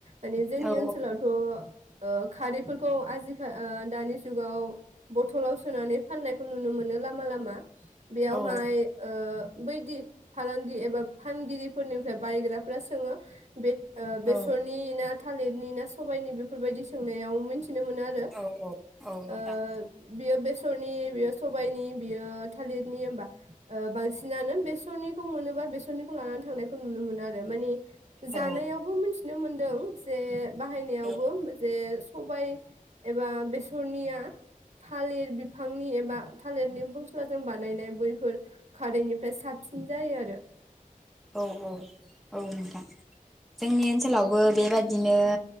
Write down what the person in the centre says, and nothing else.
औ
औ
औ
औ औ औ नोंथां
औ
औ
औ औ औ नोंथां जोंनि ओनसोलावबो बेबादिनो